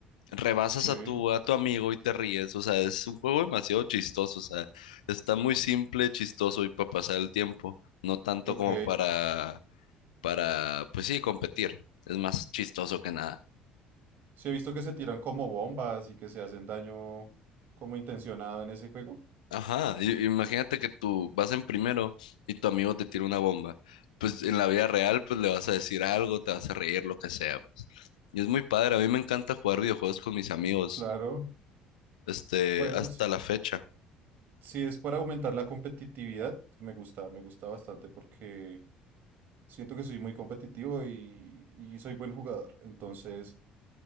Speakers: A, on the left; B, on the right.
A: rebasas
B: sí,
A: a tu, a tu amigo y te ríes. O sea, es un juego demasiado chistoso. O sea, está muy simple, chistoso y para pasar el tiempo. No tanto
B: ok.
A: como para, para, pues sí, competir. Es más chistoso que nada.
B: Sí he visto que se tiran como bombas y que se hacen daño como intencionado en ese juego.
A: Ajá, i- imagínate que tú vas en primero y tu amigo te tira una bomba. Pues en la vida real, pues le vas a decir algo, te vas a reír, lo que sea, pues. Y es muy padre, a mí me encanta jugar videojuegos con mis amigos,
B: Claro,
A: este,
B: bueno,
A: hasta
B: si,
A: la fecha.
B: si es para aumentar la competitividad, me gusta, me gusta bastante porque siento que soy muy competitivo y, y soy buen jugador. Entonces,